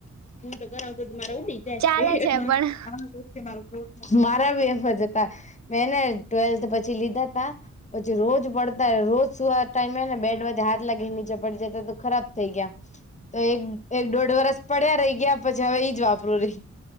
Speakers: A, on the left; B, on the right.
A: તો કરાવુ તો તો મારા ઉડી જાય
B: ચાલે છે પણ
A: <inaudible> મારા બી એમ જ હતા મેં ને ટ્વેલ્થ પછી લીધાતા. પછી રોજ પડતા રોજ સુવા ટાઈમે હે ને બેડમાંથી હાથ લાગીને નીચે પડી જતા તો ખરાબ થઈ ગયા. તો એક એક દોઢ વરસ પડ્યા રહી ગયા પછી હવે ઈજ વાપરુંરી.